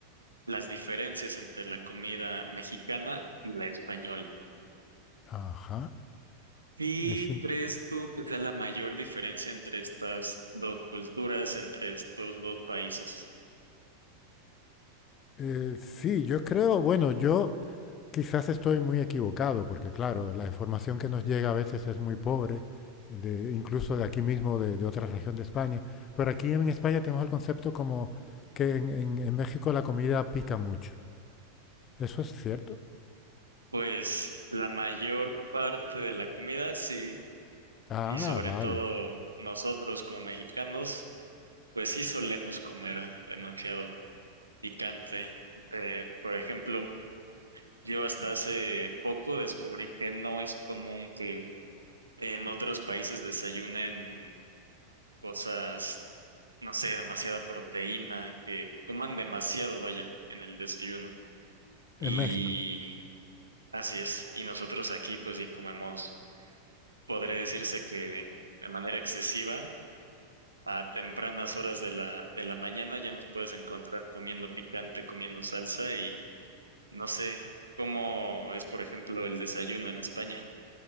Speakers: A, on the right; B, on the left.
A: las diferencias entre la comida mexicana y la española.
B: Ajá.
A: ¿Qué
B: Es in-
A: crees tú que sea la mayor diferencia entre estas dos culturas, entre estos dos países?
B: eh, sí, yo creo, bueno, yo quizás estoy muy equivocado, porque claro, la información que nos llega a veces es muy pobre, de- incluso de aquí mismo, de, de otra región de España. Pero aquí en España tenemos el concepto como que en, en en México la comida pica mucho. ¿Eso es cierto?
A: Pues la mayor parte de la comida, sí.
B: Ah,
A: Y sobre
B: vale.
A: todo nosotros como mexicanos, pues sí solemos comer demasiado picante. Eh, por ejemplo, yo hasta hace poco descubrí que no es común que en otros países desayunen cosas, no sé, demasiada proteína, que coman demasiado, vaya, en el desayuno. Y
B: En México.
A: así es. Y nosotros aquí, pues sí comemos, podría decirse que de manera excesiva a tempranas horas de la, de la mañana ya nos puedes encontrar comiendo picante, comiendo salsa y no sé cómo es, por ejemplo, el desayuno en España.